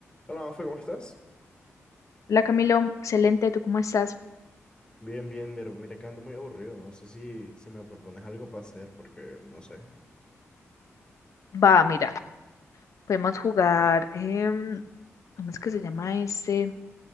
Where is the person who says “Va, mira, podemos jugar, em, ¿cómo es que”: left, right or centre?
Left